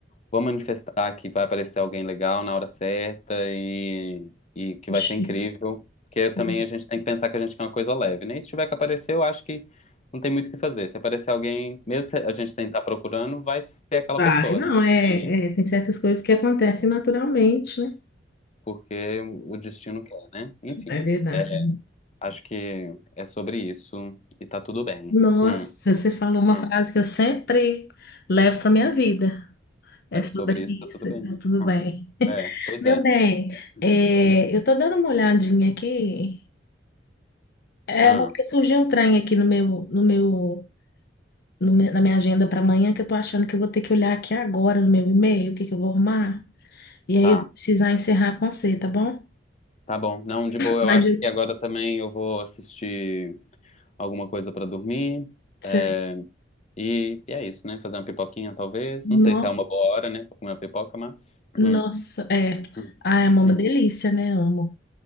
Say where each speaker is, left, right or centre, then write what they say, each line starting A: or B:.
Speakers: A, on the left (about 40°); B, on the left (about 60°).
A: vou manifestar que vai aparecer alguém legal na hora certa e, e que
B: Oxi,
A: vai ser incrível. Porque também
B: sim.
A: a gente tem que pensar que a gente quer uma coisa leve, né? E se tiver que aparecer, eu acho que não tem muito o que fazer. Se aparecer alguém, mesmo se a gente tentar procurando, vai ser aquela
B: Vai,
A: pessoa,
B: não,
A: né?
B: é,
A: E-
B: é, tem certas coisas que acontecem naturalmente, né?
A: porque o destino quer, né? Enfim,
B: É verdade.
A: é, acho que é sobre isso e tá tudo bem.
B: Nossa,
A: Hum,
B: você falou uma
A: hum.
B: frase que eu sempre levo para minha vida. É
A: É
B: sobre
A: sobre isso,
B: isso,
A: tá tudo bem,
B: tá
A: né?
B: tudo bem.
A: Hum. É, pois
B: Meu
A: é.
B: bem,
A: É,
B: é,
A: Hum.
B: eu tô dando uma olhadinha aqui. É,
A: Ah,
B: não, porque surgiu um trem aqui no meu, no meu, no meu- na minha agenda para amanhã que eu tô achando que eu vou ter que olhar aqui agora no meu e-mail, o que que eu vou arrumar. E aí
A: tá.
B: eu vou precisar encerrar com você, tá bom?
A: Tá bom. Não, de boa,
B: Mas
A: eu acho
B: eu
A: que agora também eu vou assistir alguma coisa pra dormir.
B: sei.
A: eh, E, e é isso, né? Fazer uma pipoquinha, talvez.
B: No,
A: Não sei se é uma boa hora, né, pra comer uma pipoca, mas.
B: nossa,
A: hum,
B: é.
A: hum,
B: Ah, é uma
A: hum.
B: delícia, né? Amo.